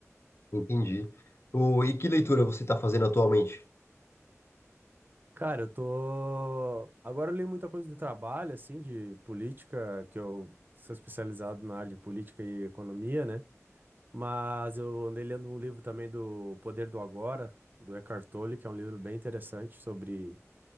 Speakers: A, on the left; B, on the right.
A: Entendi. O, e que leitura você está fazendo atualmente?
B: Cara, eu tô... Agora eu li muita coisa do trabalho, assim, de política, que eu sou especializado na área de política e economia, né? Mas eu andei lendo um livro também do Poder do Agora, do Eckhart Tolle, que é um livro bem interessante sobre,